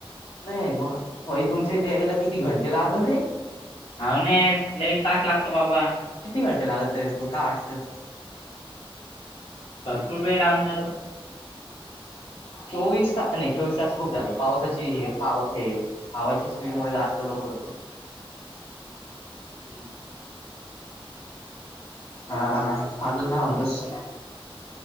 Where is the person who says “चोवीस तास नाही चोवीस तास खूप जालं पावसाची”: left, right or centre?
Left